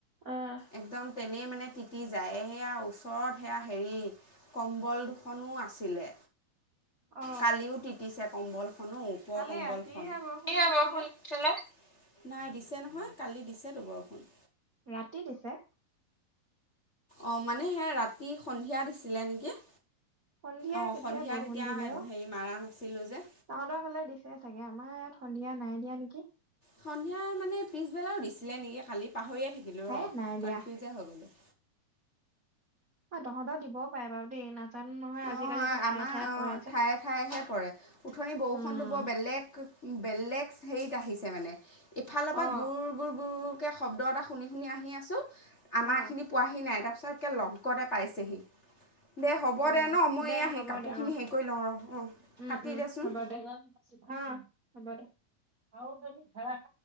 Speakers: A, on the right (about 45°); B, on the left (about 45°).
A: আহ
B: একদম। তেনেই মানে তিতি যায় সেয়া ওচৰত সেয়া হেৰি কম্বল দুখনো আছিলে।
A: অ
B: কালিও তিতিছে কম্বল খনো ও ওপৰৰ
A: কালি
B: কম্বল
A: ৰাতিহে
B: খন।
A: বৰষুণ
B: এয়া
A: দিছিলে
B: বৰষুণ কেলে নাই দিছে নহয় কালি দিছেটো বৰষুণ।
A: ৰাতি দিছে।
B: অ' মানে সে ৰাতি সন্ধিয়া দিছিলে নেকি।
A: সন্ধিয়া
B: অ'
A: কেতিয়া
B: সন্ধিয়া
A: বৰষুণ
B: তেতিয়া
A: দিলে
B: হেৰি
A: অ
B: মাৰা নাছিলো যে।
A: তহঁতৰ ফালে দিছে চাগে। আমাৰ ইয়াত সন্ধিয়া নাই দিয়া নেকি।
B: সন্ধিয়া মানে পিছবেলাও দিছিলে নেকি, কালি পাহৰিয়ে থাকিলোঁ
A: হে
B: ৰ!
A: নাই দিয়া
B: কনফিউজে হৈ গ'লোঁ।
A: অ' তহঁতৰ দিবও পাৰে বাৰু দেই। নাজানো নহয় আজিকালি
B: অঁ
A: আকৌ ঠায়ে
B: আমাৰ
A: ঠায়ে
B: অ'
A: পৰে যে
B: ঠায়ে ঠায়েহে পৰে। উঠনি বৰষুণটো
A: উম
B: বৰ বেলেগ বেলেগ হেৰিত আহিছে মানে ইফালৰ পৰা
A: অ
B: গুৰ গুৰকে শব্দ এটা শুনি আহি আছো, আমাৰ
A: অ
B: এইখিনি পোৱাহি নাই তাৰপিছত লগতে পাইছেহি। দে হ 'ব
A: অ
B: দে ন মই
A: দে
B: এইয়া
A: হ'ব
B: সেই কাপোৰখিনি
A: দে অ
B: হেৰি কৰি লওঁ ৰ! অঁ
A: উম
B: কাটি
A: উম
B: দেচোন।
A: <unintelligible> অ' হ'ব দে।